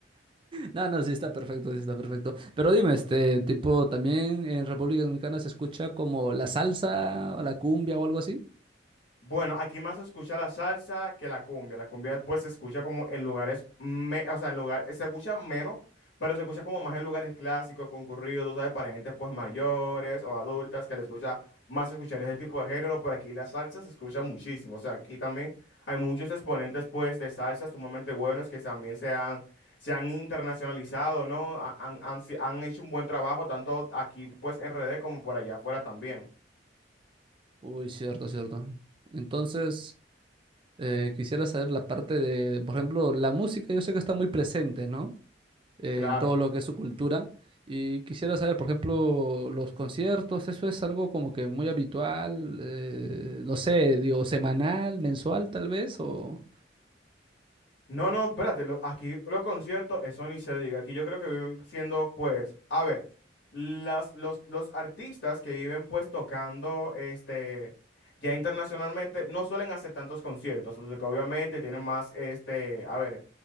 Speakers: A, on the right (about 30°); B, on the left (about 70°).
A: No, no, sí está perfecto, sí está perfecto. Pero dime, este tipo también en República Dominicana se escucha como la salsa o la cumbia o algo así.
B: Bueno, aquí más se escucha la salsa que la cumbia. La cumbia pues se escucha como en lugares, me- o sea, en lugares, se escucha menos, pero se escucha como más en lugares clásicos, concurridos, tú ¿sabes? Para gente pues mayores o adultas que les gusta más escuchar ese tipo de género. Por aquí la salsa se escucha muchísimo. O sea, aquí también hay muchos exponentes pues de salsa sumamente buenos que también se han, se han internacionalizado, ¿no? Han, han, han si- han hecho un buen trabajo tanto aquí pues en RD como por allá afuera también.
A: Uy, cierto, cierto. Entonces, eh, quisiera saber la parte de, por ejemplo, la música, yo sé que está muy presente, ¿no? eh,
B: Claro.
A: en todo lo que es su cultura. Y quisiera saber, por ejemplo, los conciertos, eso es algo como que muy habitual, eh, no sé, digo, semanal, mensual tal vez, o...
B: No, no, espérate, lo- aquí los conciertos, eso ni se diga. Aquí yo creo que viven siendo, pues, a ver, las, los, los artistas que viven pues tocando este ya internacionalmente no suelen hacer tantos conciertos, pues, porque obviamente tienen más, este, a ver,